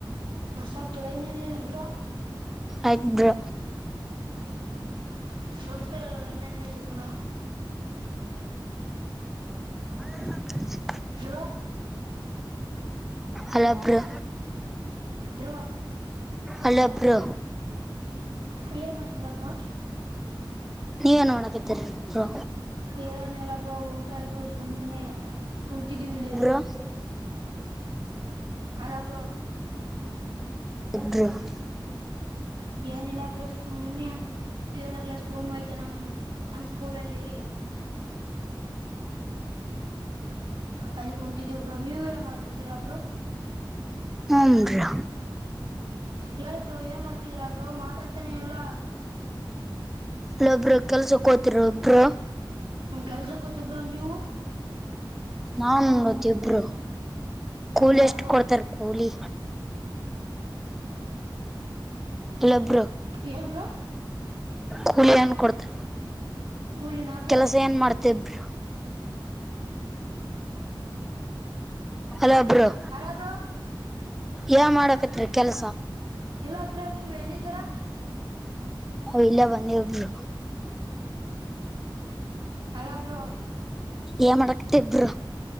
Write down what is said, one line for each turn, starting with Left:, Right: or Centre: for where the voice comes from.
Right: ಹಸ ಪಳೈನ ಇಲ್ಬ ಬ್ರೋ
Centre: ಆಯ್ತು ಬ್ರೋ
Right: ಹ್ಮ್ ಸುಟ್ಟ ಇನ್ನೇನ್ ಹೇಳಿ ಬ್ರೋ
Centre: <inaudible>
Right: ಬ್ರೋ
Centre: ಅಲೋ ಬ್ರೋ
Right: ಬ್ರೊಂ
Centre: ಅಲೋ ಬ್ರೋ
Right: ಏನ್ ಮಾಡ್ತಿದಿರಾ ಬ್ರೋ
Centre: ನೀವೇನ್ ಮಾಡಾಕತ್ತೀರಿ ಬ್ರೋ
Right: ಏನಿಲ್ಲ ಬ್ರೋ ಊಟ ಆಯ್ತು ಸುಮ್ಮನೆ ಕುಂತಿದ್ದೀವಿಲ್ಲಿ.
Centre: ಹ
Right: ಅಲ ಬ್ರೋ
Centre: <unintelligible>
Right: ಏನಿಲ್ಲ ಬ್ರೋ ಸುಮನೇ ಏಳನೇ ಕ್ಲಾಸ್ ರೂಮ್ ಐತೆ ನಮ್ಮ ನಮ್ಮ ಸ್ಕೂಲಲ್ಲಿ ಅಲ್ಲಿ ಕುಂತಿದ್ದೀವಿ ಬ್ರೋ ನೀವ ಏನ್ ಮಾಡಕ್ ಕುಂತಿರ ಬ್ರೋ
Centre: ಹುನ್ ರೀ
Right: ಹೇಳಿ ಬ್ರೋ ಏನು ಮಾಡ್ತಿದೀರಾ ಬ್ರೋ ಮಾತಾಡ್ತಾನೆ ಎಲ್ಲ
Centre: ಇಲ್ಲೊಬ್ರು ಕೆಲಸಕ್ಕೆೋತಿರ ಒಬ್ರು
Right: ಕೆಲಸಕ್ಕೆೋತಿವ ಬ್ರೋ ನೀವು
Centre: ನಾನ್ ನೋಡತಿ ಇಬ್ರು ಕೂಲಿ
Right: ಹೌದಾ
Centre: ಎಷ್ಟು
Right: ಬ್ರೋ
Centre: ಕೊಡ್ತಾರ ಹುಲಿ ಹಲೋ ಬ್ರೋ
Right: ಏನು ಬ್ರೋ
Centre: ಕೂಲಿ ಏನ್ ಕೊಡ್ತರ
Right: ಕೂಲಿನಾ ಬ್ರೋ
Centre: ಕೆಲಸ ಏನ್ ಮಾಡ್ತಿದ್ದಿ ಹಲೋ ಬ್ರೋ
Right: ಹಳೋ ಬ್ರೋ
Centre: ಎ ಮಾಡಕತ್ರಿ ಕೆಲ್ಸ
Right: ಇಲ್ಲ ಬ್ರೋ ನೀವ್ ಎಲ್ಲಿದ್ದೀರಾ
Centre: ಇಲ್ಲೇ ಬಂದಿವ ಬ್ರೋ
Right: ಹಲೋ ಬ್ರೋ
Centre: ಏನ್ ಮಾಡಾಕತ್ತೀ ಬ್ರೋ